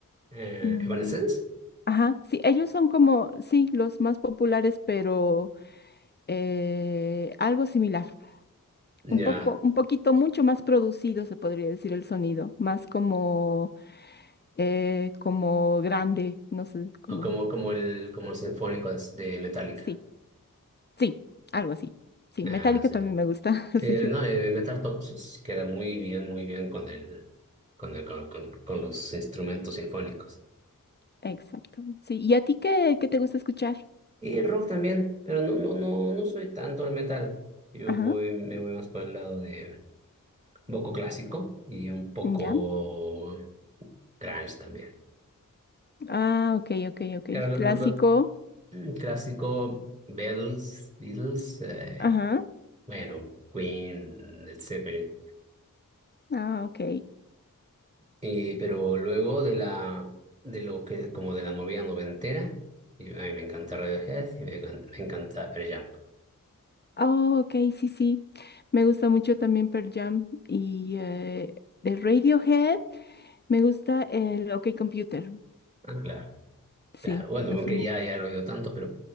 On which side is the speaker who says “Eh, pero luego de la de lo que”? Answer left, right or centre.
Right